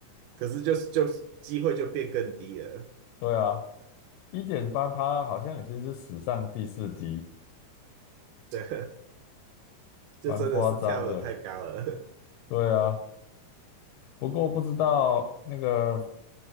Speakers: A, on the right (about 80°); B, on the left (about 85°).
A: 可是就是就是机会就变更低了。
B: 对啊，一点八趴好像已经是史上第四低，
A: 对，<laughs> 就真的是跳的太高了，
B: 蛮夸张的。对啊，不过不知道那个